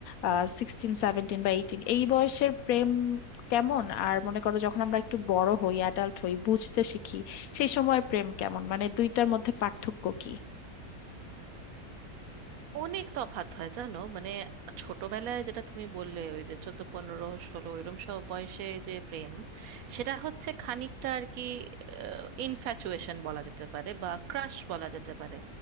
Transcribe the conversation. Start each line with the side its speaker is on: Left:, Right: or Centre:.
Left: আহ সিক্সটিন সেভেন্টিন বা এইটিন এই বয়সের প্রেম কেমন আর মনে করো যখন আমরা একটু বড় হই অ্যাডাল্ট হই বুঝতে শিখি সেই সময় প্রেম কেমন মানে দুইটার মধ্যে পার্থক্য কি
Right: অনেক তফাৎ হয় জানো মানে ছোটবেলায় যেটা তুমি বললে ওই যে চোদ্দ পনেরো ষোলো এরম সব বয়সে যে প্রেম সেটা হচ্ছে খানিকটা আর কি ইনফ্যাচুয়েশন বলা যেতে পারে বা ক্রাশ বলা যেতে পারে